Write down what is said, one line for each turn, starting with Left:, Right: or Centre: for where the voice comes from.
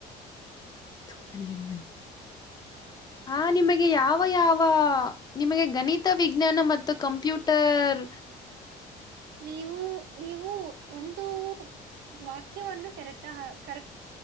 Left: ತದ <unintelligible> ಹ ನಿಮಗೆ ಯಾವ- ಯಾವ ನಿಮಗೆ ಗಣಿತ ವಿಜ್ಞಾನ ಮತ್ತು ಕಂಪ್ಯೂಟರ್
Right: ನೀವು - ನೀವು ಒಂದು ವಾಕ್ಯವನ್ನು ಕರೆಕ್ಟ್ - ಕರೆಕ್ಟ್